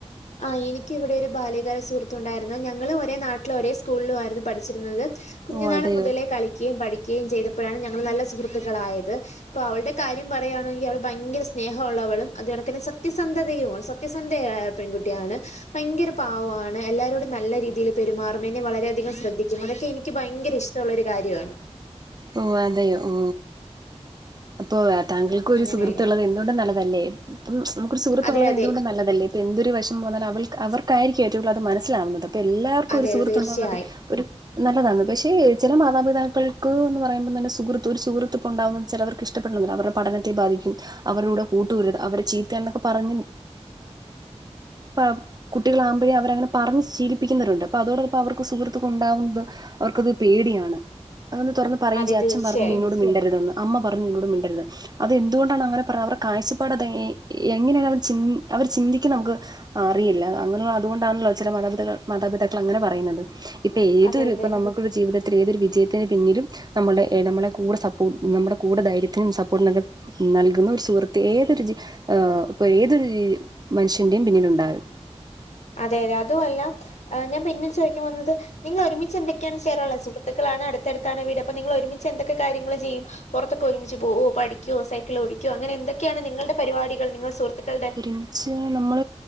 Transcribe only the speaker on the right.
ഓ അതെയോ
ഓ അതെയോ ഓ അപ്പൊ താങ്കൾ ഒരു
സുഹൃത്തുള്ളത്
എന്തുകൊണ്ട് നല്ലതല്ലേ? ഇപ്പം നമ്മുക്ക് ഒരു സുഹൃത്തുള്ളത്
എന്തുകൊണ്ടു നല്ലതല്ലേ? ഇപ്പം എന്തൊരു വിഷമം വന്നാലുംഅവൾക്ക് അവർക്കായിരിക്കും ഏറ്റവും കുടുതല് അത് മനസ്സിലാവുന്നത്. ഇപ്പം എല്ലാവർക്കും
ഒരു
സുഹൃത്ത്
ഉണ്ടാകുന്നത് ഒരു നല്ലതാണ്. പക്ഷേ ചില മാതാപിതാക്കൾ ത്ത് എന്ന് പറയുമ്പോ തന്നെ സുഹൃത്ത് ഒരു സുഹൃത്ത് ഇപ്പം ഉണ്ടാകുന്നത് ചിലർക്ക് ഇഷ്ടപ്പെടുന്നില്ല. അവരുടെ പഠനത്തെ ബാധിക്കും അവരുടെ കൂട്ടുകൂടരുത് അവര് ചീത്തയാണ് എന്നൊക്കെ പറഞ്ഞ് <unintelligible> കുട്ടികളാവുമ്പഴേ അവരങ്ങനെ പറഞ് ശീലിപ്പിക്കുന്നവരുണ്ട്. അപ്പോ അതോടൊപ്പംഅവർക്ക് സുഹൃത്തുക്കൾ ഉണ്ടാകുമ്പം അവർക്കത് പേടിയാണ്. അതൊന്ന് തുറന്ന് പറയുകയും
ചെയ്യും.
അച്ഛൻ പറഞ്ഞ് നിന്നോട് മിണ്ടരുതെന്ന് അമ്മ പറഞ്ഞ് നിന്നോട് മിണ്ടരുത്. അതെന്തുകൊണ്ടാണ് അങ്ങനെ പറഞ്ഞത് അവരുടെ കാഴ്ചപ്പാട് അത് എങ്ങനെയാ അവ അവര് പിന്തി ചിന്തിക്കുന്ന നമുക്ക് അറിയില്ല അങ്ങനെ അതുകൊണ്ടാണല്ലോ ചില മാതാപിതാ മാതാപിതാക്കൾ അങ്ങനെ പറയുന്നത് ഇപ്പൊ ഏതൊ
ഇപ്പൊ നമുക്കരു ജീവിതത്തിൽ തൊരു വിജയ ത്തിന് പിന്നിലും നമ്മുടെ നമ്മുടെ കൂടെ സപ്പോ നമ്മുടെ കൂടെ ധൈര്യനും സപ്പോർട്ടിനക്കെ നൽകുന്ന ഒരു സുഹൃത്ത് ഏതൊരു് ഇപ്പൊ ഏതൊരു മനുഷ്യന്റെയും പിന്നില ഉണ്ടാവും
ഒരുമിച്ച് നമ്മൾ